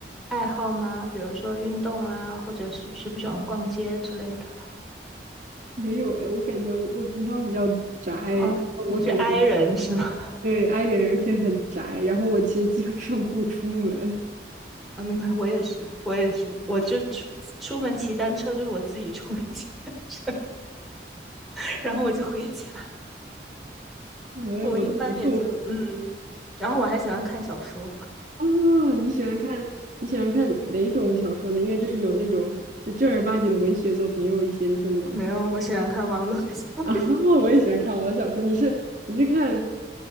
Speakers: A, in the centre; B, on the right (about 45°).
A: 爱好吗？比如说运动啊，或者是喜不喜欢逛街之类的？
B: 没有哎，我感觉我我平常比较宅，
A: 啊，
B: 我感觉。
A: 你是 i 人是吗？
B: 对，i 人，而且很宅。然后我其实基本上不出门，
A: 啊，没关系，我也是，我也是，我就出出门骑单车，就是我自己出门骑单车，<laughs> 然后我就回家。
B: 出门我都不动。
A: 我一般也就嗯，然后我还喜欢看小说，
B: 哦，你喜欢看你喜欢看哪种小说呢？因为就是有那种就正儿八经的文学作品，也有一些就是那种
A: 没有，我喜欢看网络小说，
B: 啊，<laughs> 我也喜欢看网络小说。你是你是看